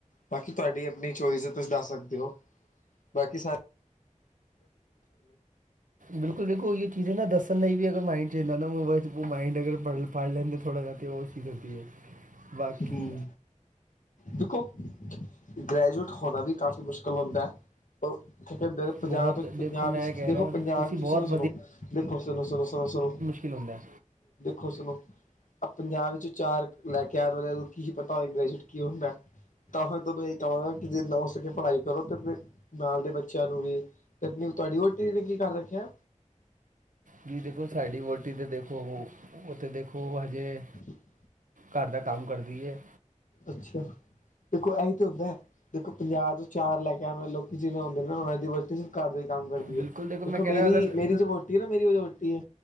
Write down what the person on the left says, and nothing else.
ਬਾਕੀ ਤੁਆਡੀ ਆਪਨੀ ਚੋਇਸ ਤੁਸੀਂ ਦੱਸ ਸਕਦੇ ਓ ਬਾਕੀ ਸਾਰੇ
ਹਮ ਦੇਖੋ ਗ੍ਰੈਜੂਏਟ ਹੋਨਾ ਵੀ ਕਾਫੀ ਮੁਸ਼ਕਿਲ ਹੁੰਦਾ, ਓ ਕਿ ਪੰਜਾਬ
ਤੋਂ ਪੰਜਾਬ
ਵਿੱਚ
ਦੇਖੋ
ਪੰਜਾਬ
ਵਿੱਚ
ਸੁਨੋ-ਸੁਨੋ ਦੇਖੋ ਸੁਨੋ, ਸੁਨੋ, ਸੁਨੋ, ਸੁਨੋ
ਦੇਖੋ ਸੁਣੋ ਪੰਜਾਹ ਵਿੱਚੋਂ ਚਾਰ ਲੈਕੇ ਆਣ ਵਾਲਿਆਂ ਨੂੰ ਕੀ ਪਤਾ ਹੋਏ, ਗ੍ਰੈਜੂਏਟ ਕੀ ਹੁੰਦੈ। ਤਾਂ ਫੇਰ ਤੁਆਨੂੰ ਏਹੀ ਕਹਾਂਗਾ ਕਿ ਜੀਨਾ ਹੋ ਸਕੇ ਪੜ੍ਹਾਈ ਕਰੋ, ਤਾਂ ਫਿਰ ਨਾਲ ਦੇ ਬੱਚਿਆਂ ਨੂੰ ਵੀ। ਤੇ ਅਪਨੀ ਤੁਆਡੀ ਵੋਟੀ ਨੇ ਕੀ ਕਰ ਰੱਖਿਐ?
<inaudible>
ਅੱਛਾ। ਦੇਖੋ ਇਹੀ ਤਾਂ ਹੁੰਦਾ ਹੈ ਦੇਖੋ ਪੰਜਾਹ ਤੋਂ ਚਾਰ ਲੈਕੇ ਆਂਦੇ ਲੋਕੀ ਜਿਵੇੇ ਹੁੰਦੇ ਨੇ ਨਾ ਓਨਾਂ ਦੀ ਵਰਤ ਘਰ ਦਾ ਹੀ ਕੰਮ ਕਰਦੀ
ਐ <inaudible> ਦੇਖੋ
ਮੇਰੀ
ਮੇਰੀ ਜੋ ਵੋਟੀ ਏਨਾ ਮੇਰੀ ਜੋਂ ਵੋਟੀ ਏ